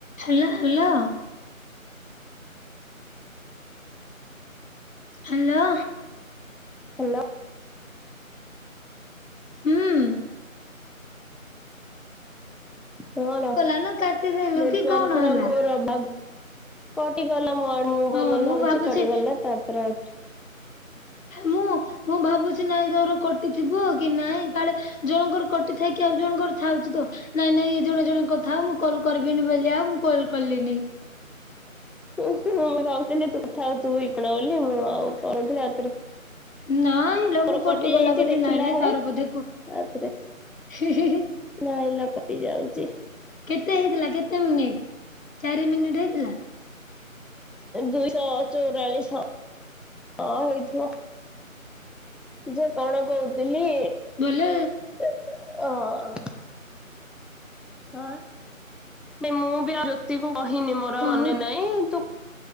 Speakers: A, on the left; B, in the centre.
A: Hello hello. Hello.
B: Hello.
A: ହୁଁ।
B: ହଁ
A: ଗଲାନ କାଟିଦେଲୁ
B: ନେଟାର୍କ
A: କି କଣ ହେଲା?
B: ର ବା କଟିଗଲା ମ ମୁଁ
A: ହଁ
B: ଭଲଲ
A: ମୁଁ
B: ହଉଛି
A: ଭାବୁଛି
B: କଟିଗଲା ତାପରେ ଆ
A: ମୁଁ ମୁଁ ଭାବୁଛି ନାଇଁ ତୋର କଟି ଥିବ କି ନାଇଁ କାଳେ ଜଣଙ୍କର କଟି ଥାଇକି ଆଉ ଜଣଙ୍କର ଥାଉଛି ତ। ନାଇଁ ନାଇଁ ଏଇ ଜଣେ ଜଣ କଥାଉ ମୁଁ କଲ କରିବିନି ବୋଲି ଆଉ ମୁଁ କଲ କଲିନି।
B: ମୁଁ ମୁଁ ଭାବଥିଲି ତୁ କଥା ତୁ ଭିକଣ ବୋଲି ମୁଁ ଆଉ କଣଥିଲି ରାତିରେ
A: ନାଇଁ ଲୋ ମୁଁ
B: ର
A: କଟିଗଲା
B: କଟି ଯାଇଛି
A: ବୋଲି
B: ଦେଖିଲା
A: ନାଇଁ ନାଇଁ
B: ବେଳେ
A: ତାର ବୋଧେ କ
B: ଆଉଥରେ।
A: ହି ହି ହି
B: ନହିଲା କଟି ଯାଉଛି।
A: କେତେ ହେଇଥିଲା କେତେ ମିନିଟ ଚାରି ମିନିଟ ହେଇଥିଲା!
B: ଦୁଇଶ ଚୋରଲି ସ ହଁ ହେଇଥିବ। ଯେ କଣ କହୁଥିଲି
A: ଭଲେ
B: ହଁ। ହଁ ମୁଁ ବି ଆଉ ଜ୍ୟୋତିକୁ କହିନି ମୋର
A: କହୁ
B: ମନେ ନାଇଁ ତୁ